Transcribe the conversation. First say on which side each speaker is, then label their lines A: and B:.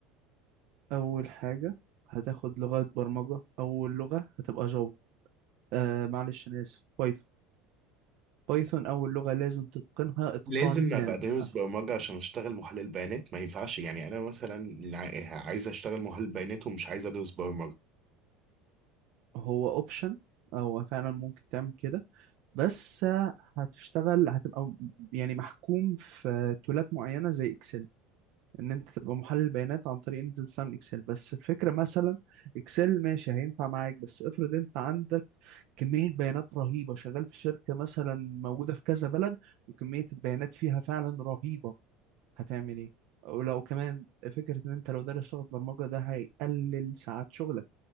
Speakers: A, on the right (about 65°); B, on the right (about 35°).
A: أول حاجة هتاخد لغة برمجة أول لغة هتبقى جافا آه معلش أنا آسف بايثون بايثون أول لغة لازم تتقنها إتقان
B: لازم
A: تام
B: ابقى دارس
A: عشان
B: برمجه عشان اشتغل محلل بيانات ما ينفعش يعني انا مثلا ع- عايز اشتغل محلل بيانات ومش عايز ادرس برمجه
A: هو أوبشن أو فعلا ممكن تعمل كده بس هتشتغل هتبقى م- يعني محكوم في تولات معينة زي إكسل ان انت تبقى محلل بيانات عن طريق ان انت تستعمل اكسل بس الفكره مثلا اكسل ماشي هينفع معاك بس افرض انت عندك كميه بيانات رهيبه شغال في شركه مثلا موجوده في كذا بلد وكميه البيانات فيها فعلا رهيبه هتعمل ايه ولو كمان فكره ان انت لو دارس لغه برمجه ده هيقلل ساعات شغلك